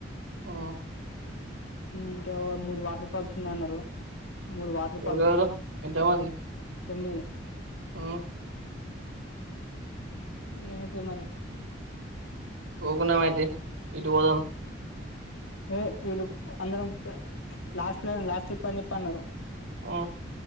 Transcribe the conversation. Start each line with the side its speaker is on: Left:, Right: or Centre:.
Right: ఆ
Left: ఇంకా మూడు వాటర్ ఫాల్స్ ఉన్నాయ అన్నారు మూడు వాటర్
Right: ఎవరెవరు
Left: ఫాల్స్
Right: ఎంతమంది
Left: తొమ్మిధి
Right: ఆ
Left: ఏమైతే మరి
Right: పోకున్నామ అయితే ఇటు పోదాం
Left: ఏ వీళ్ళు అందరం లాస్ట్ ప్ లాస్ట్ ట్రిప్ అని చెప్పి అన్నారు
Right: ఆ